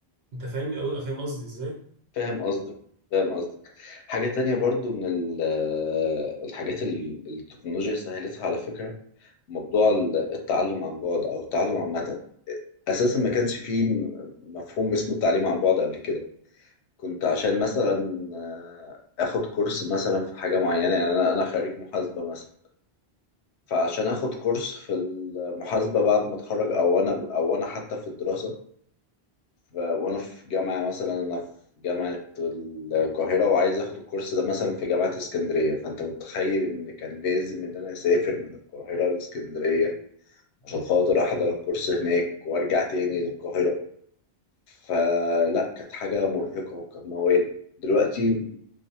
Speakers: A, on the right; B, on the left.
A: انت فاهمني أو- فاهم قصدي ازاي
B: فاهم قصدك فاهم قصدك حاجة تانية برضو من ال- الحاجات اللي التكنولوجيا سهلتها على فكرة موضوع ال- التعلم عن بعد أو التعلم عامة أساسا ما كانش فيه م- مفهوم اسمه التعليم عن بعد قبل كده كنت عشان مثلا آه، آخد كورس مثلا في حاجة معينة يعني أنا أنا خريج محاسبة مثلا فعشان اخد كورس في المحاسبة بعد ما اتخرج او انا او انا حتى في الدراسة ف- وانا في جامعة مثلا انا في جامعة القاهرة وعايز اخد الكورس ده مثلا في جامعة اسكندرية فانت متخيل ان كان لازم ان انا اسافر من القاهرة لاسكندرية عشان خاطر احضر الكورس هناك وارجع تاني للقاهرة فلا كانت حاجة مرهقة وكانت موال دلوقتي